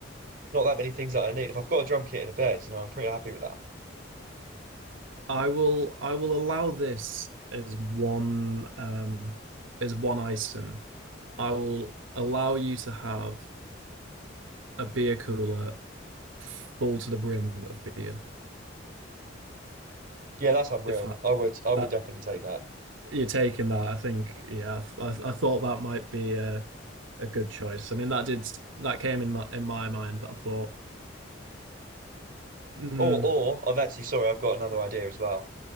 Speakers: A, on the right; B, on the right.
A: not that many things that I need. If I've got a drum kit and a bed, you know, I'm pretty happy with that.
B: I will I will allow this as one um as one item. I will allow you to have a beer cooler full to the brim of beer.
A: Yeah, that's unreal.
B: If that
A: I would I would
B: that
A: definitely take that.
B: you're taking that, I think yeah, I I thought that might be a a good choice. I mean that did that came in my in my mind, but I thought, mm,
A: Or or I've actually sorry, I've got another idea as well.